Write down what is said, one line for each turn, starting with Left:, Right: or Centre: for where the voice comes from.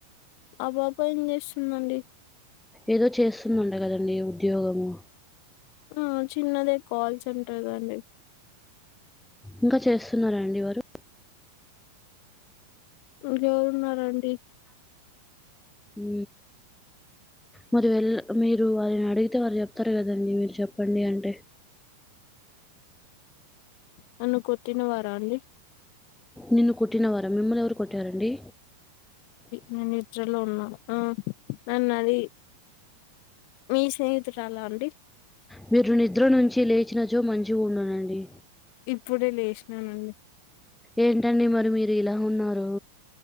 Left: ఆ పాప ఏం చేస్తుందండి
Centre: ఏదో చేస్తుందంట కదండడి ఉద్యోగము
Left: ఆ చిన్నదే కాల్ సెంటర్ అండి
Centre: ఇంకా చేస్తున్నారండి ఎవరు
Left: ఎవరు ఉన్నారండి
Centre: హు మరి వెళ్ మీరు వారిని అడిగితే వారుు చెప్తారు కదండి మీరు చెప్పండి అంటే
Left: నన్ను కొట్టిన వార అండి
Centre: నిన్ను కోట్టిన వార మిమ్మల్ని ఎవరు కొట్టరండి
Left: నేను <unintelligible> ఉన్నా ఆ నన్ను అది మీ స్నేహితురల అండి
Centre: మీరు నిద్ర నుంచి లేచినచో మంచిగ ఉండనండి
Left: ఇప్పుడే లే <unintelligible>
Centre: ఏంటండి మరి మీరు ఇల ఉన్నారు